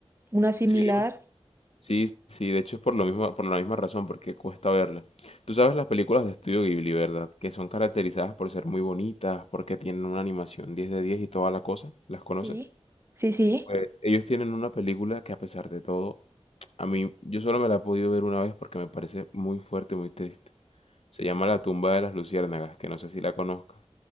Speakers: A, on the right; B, on the left.
A: una similar.
B: sí, dime. Sí, sí, de hecho es por lo mismo, por la misma razón, porque cuesta verla. Tú sabes las películas de Estudio Ghibli, ¿verdad? Que son caracterizadas por ser muy bonitas, porque tienen una animación 10 de 10 y toda la cosa. ¿Las conoces?
A: Sí, sí, sí.
B: Pues ellos tienen una película que a pesar de todo, a mí, yo solo me la he podido ver una vez porque me parece muy fuerte, muy triste. Se llama La tumba de las luciérnagas, que no sé si la conozcas.